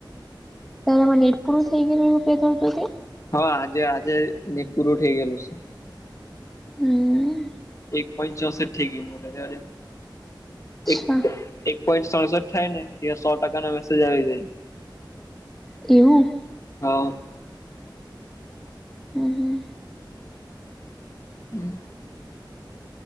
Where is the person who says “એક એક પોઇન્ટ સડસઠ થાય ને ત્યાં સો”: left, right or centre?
Left